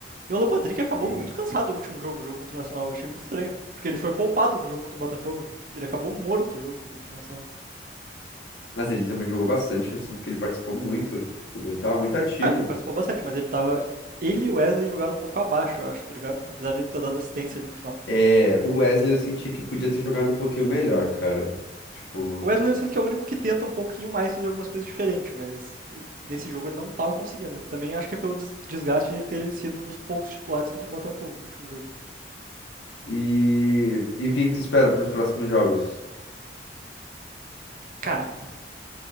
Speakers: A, on the right; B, on the left.
A: E o Alan Patrick acabou
B: Sim.
A: muito cansado no último jogo, o jogo contra o Nacional, eu achei muito estranho, porque ele foi poupado no jogo contra o Botafogo. Ele acabou morto no jogo contra o Nacional.
B: Mas ele também jogou bastante, eu sinto que ele participou muito. Tipo, ele tava muito ativo.
A: Cara, ele participou bastante, mas ele tava ele e o Wesley jogaram um pouco abaixo, eu acho, tá ligado? Apesar de ele ter dado assistência ali no final.
B: É, o Wesley eu senti que podia ter jogado um pouquinho melhor, cara. Tipo.
A: O Wesley eu sinto que é o único que tenta um pouquinho mais fazer algumas coisas diferentes, mas nesse jogo ele não estava conseguindo. Eu também acho que é pelo des- desgaste de ele ter sido um dos poucos titulares contra o Botafogo no último jogo.
B: E, e o que que tu espera para os próximos jogos?
A: Cara,